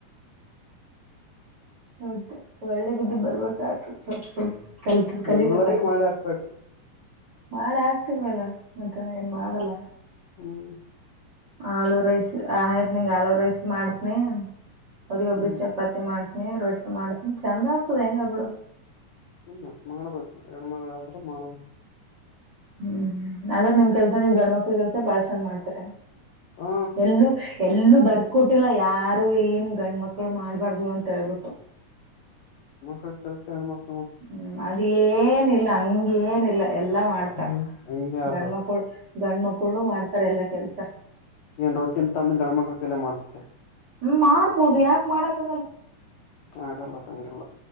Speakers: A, on the right (about 55°); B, on the left (about 85°).
A: ಮತ್ತೆ ಒಳ್ಳೆ ಬುದ್ದಿ ಬರ್ಬೇಕಾಯ್ತು ಸ್ವಲ್ಪ್ ಸ್ವಲ್ಪ್ ಕಲ್ತ್ ಕಲಿಬೇಕಲ್ಲ
B: ಎಲ್ಲರಿಗ ಮಾಡಿ ಹಾಕ್ಬೇಕು
A: ಮಾಡ್ ಆಕ್ತಿವ್ ಅಲ್ಲ ಮತ್ತೆ ಏನ್ ಮಾಡಲ್ಲ.
B: ಹ್ಮ್
A: ಆಲೂ ರೈಸ್ ಆ ಆಯ್ತ್ ನಿಂಗ್ ಆಲೂ ರೈಸ್ ಮಾಡ್ತನಿ ಅವ್ರಗ ಒಬ್ಬರಿಗೆ
B: ಹ್ಮ್
A: ಚಪಾತಿ ತಿ ಮಾಡ್ತೀನಿ ರೊಟ್ಟಿ ಮಾಡ್ತೀನಿ ಚಂದ ಆಗ್ತದ್ ಹೆಂಗ ಬಿಡು.
B: ಹ್ಮ್ ಮಾಡ್ಬೇಕ್ ಹೆಣ್ಮಗಳಾದ್ರೆ ಮಾಡ್ಬೇಕ್
A: ಹ್ಮ್ ಆದ್ರ ನಿಮ್ ಕೆಲಸ ನೀವ್ ಗಂಡ್ ಮಕ್ಕಳ ಕೆಲಸ ಬಾಳ್ ಚಂದ್ ಮಾಡ್ತಾರೆನ್
B: ಹ
A: ಎಲ್ಲೂ ಎನ್ ಎಲ್ಲೂ ಬರದು ಕೊಟ್ಟಿಲ್ಲ ಯಾರು ಏನ್ ಗಂಡ್ ಮಕ್ಕಳು ಮಾಡ್ಬಾರ್ದು ಅಂತ ಹೇಳ್ಬಿಟ್ಟು.
B: ಹೆಣ್ಣ್ ಮಕ್ಕಳ್ ಕೆಲಸ ಹೆಣ್ ಮಕ್
A: ಹ್ಮ ಹ್ಮ್ ಅದೇನಿಲ್ಲ ಹಂಗೇನಿಲ್ಲ ಎಲ್ಲಾ ಮಾಡ್ತಾರೆ
B: ಹ್ಮ್ ಹಂಗೆ ಆದದ
A: ಗಂಡು ಮಕ್ಕಳು. ಗಂಡ್ ಮಕ್ಕಳು ಮಾಡ್ತಾರೆ ಎಲ್ಲಾ ಕೆಲಸ.
B: ಏನ್ ರೊಟ್ಟಿ ತಂದ್ ಗಂಡ್ ಮಕ್ಕಳ ಕೈಯಲ್ಲಿ ಮಾಡ್ಸಬಿಟ್ಟೆ.
A: ಹ್ಮ್ ಮಾಡ್ಬೋದು ಯಾಕ್ ಮಾಡಕ್ಕ್ ಆಗಲ್ಲ.
B: ಆಗಲ್ಲ ಅದೇಂಗೆಲ್ಲ